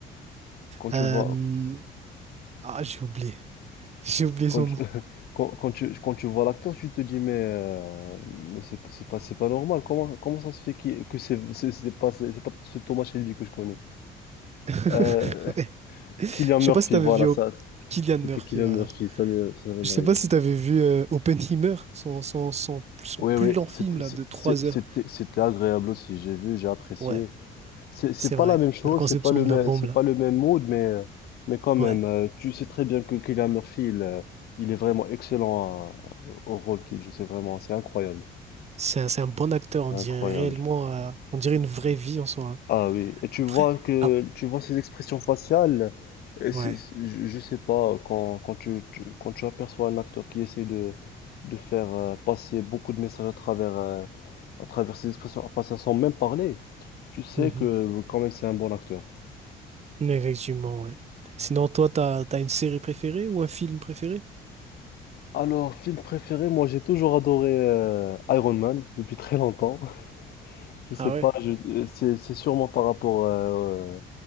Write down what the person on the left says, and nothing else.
Quand tu
vois
quand
tu
<laughs> quand, quand tu quand tu vois l'acteur, tu te dis mais euh, mais c'est pas- c'est pas c'est pas normal. Comment comment ça se fait qu'il- que c'est c'est c'est pas c'est pas ce Thomas Shelby que je connais.
Euh,
<laughs> Cillian
Murphy,
voilà
ça.
C'était Cillian
Murphy, ça m'est- ça m'est
arrivé.
Oui,
oui,
c'était
c'est-
c'est- c'était-
c'était agréable aussi. J'ai vu, j'ai apprécié.
C'est c'est
pas
la même chose,
c'est pas le
même,
c'est
pas le même mood, mais euh, mais quand même,
euh, tu sais très bien que Cillian Murphy, il, euh, il est vraiment excellent à- au rôle qu'il joue. C'est vraiment, c'est incroyable,
incroyable.
Ah oui, et tu
vois que
tu vois ses expressions faciales. Et
c'est- c'est- je, je sais pas quand quand tu, tu- quand tu aperçois un acteur qui essaie de de faire euh, passer beaucoup de messages à travers euh, à travers ses expressions faciales sans même parler. Tu sais
que quand même c'est un bon acteur.
Alors, film préféré, moi j'ai toujours adoré euh, Iron Man depuis très longtemps. <laughs> Je
sais pas,
je, euh, c'est c'est sûrement par rapport euh, euh,